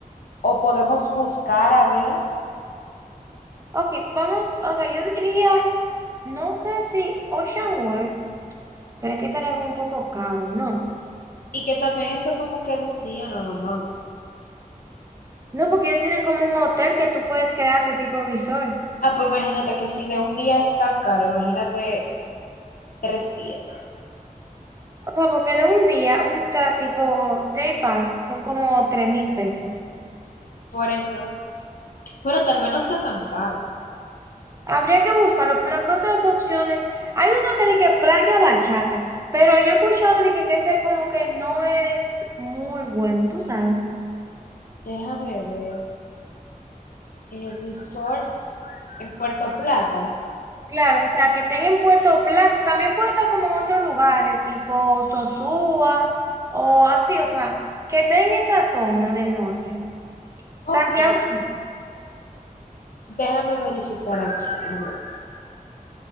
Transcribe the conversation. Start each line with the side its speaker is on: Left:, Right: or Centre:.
Left: o podemos buscar a ver,
Right: Ok, vamos, o sea, yo diría, no sé si Ocean World, pero es que estaría como un poco caro, ¿no?
Left: y que también eso como que de un día nada más.
Right: No, porque ellos tienen como un hotel que tú puedes quedarte tipo resort.
Left: Ah, pues imagínate que si de un día es tan caro, imagínate tres días.
Right: O sea, porque de un día, un ta- tipo day pass, son como tres mil pesos.
Left: Por eso. Bueno, tal vez no sea tan caro.
Right: Habría que buscarlo, pero ¿qué otras opciones? Hay uno que dije playa bachata, pero yo he escuchado de que, que ese como que no es muy bueno, tú sabes.
Left: Déjame ver. Eh, resorts en Puerto Plata.
Right: Claro, o sea, que estén en Puerto Plata, también puede estar como en otros lugares, tipo Sosúa o así, o sea, que estén en esa zona del norte.
Left: Ok.
Right: Santiago.
Left: Déjame verificar aquí. Déjame ver.